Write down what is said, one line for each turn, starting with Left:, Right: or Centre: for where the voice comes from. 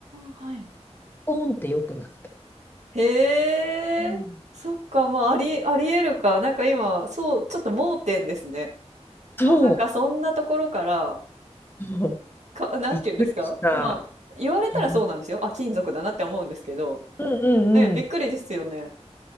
Right: あ、はい。
Left: ポンって良くなった。
Right: へえ、
Left: うん
Right: そっか、まあ、あり、ありえるか。なんか今、そう、ちょっと盲点ですね。
Left: そ
Right: まさかそんなところから、
Left: う、そう
Right: か、
Left: <laughs>
Right: なんて言うんですかまあ、
Left: びっくりした。
Right: 言われたらそうなんですよ。
Left: うん
Right: あ、金属だなって思うんですけど。
Left: うんうんうん。
Right: ね、びっくりですよね。